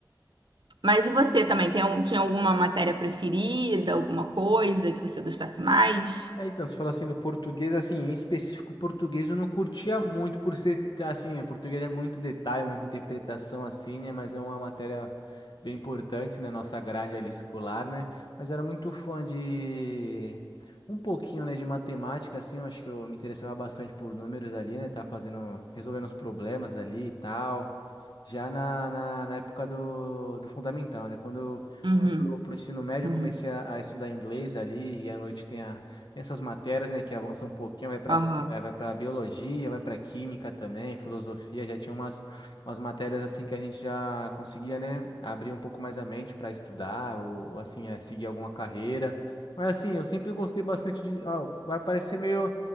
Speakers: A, on the right; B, on the left.
A: Mas e você também? Tem, algum- tinha alguma matéria preferida, alguma coisa que você gostasse mais?
B: É, então, você falou assim do português, assim, em específico o português eu não curtia muito por ser, assim, o português é muito detalhe, muita interpretação, assim, né, mas é uma matéria bem importante na nossa grade ali escolar, né, mas eu era muito fã de um pouquinho, né, de matemática, assim, eu acho que eu me interessava bastante por números ali, né, tá fazendo, resolvendo os problemas ali e tal já na, na, na época do, do fundamental, né? Quando eu
A: Uhum,
B: fui pro, pro ensino médio,
A: uhum,
B: eu comecei a, a estudar inglês ali, e à noite tem, a, tem essas matérias, né, que avançam um pouquinho, vai para
A: aham,
B: vai para biologia, vai para química também, filosofia, já tinha umas, umas matérias assim que a gente já conseguia, né, abrir um pouco mais a mente para estudar, ou, ou assim, é, seguir alguma carreira. Mas assim, eu sempre gostei bastante de. ó, vai parecer meio.